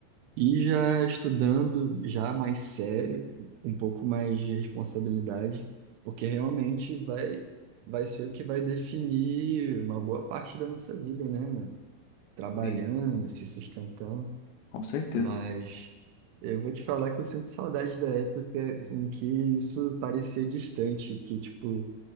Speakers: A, on the right (about 80°); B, on the left (about 80°).
A: E já estudando, já mais sério, um pouco mais de responsabilidade, porque realmente vai, vai ser o que vai definir uma boa parte da nossa vida, né? Trabalhando,
B: Sim.
A: se sustentando.
B: Com certeza.
A: Mas eu vou te falar que eu sinto saudade da época em que isso parecia distante, que, tipo,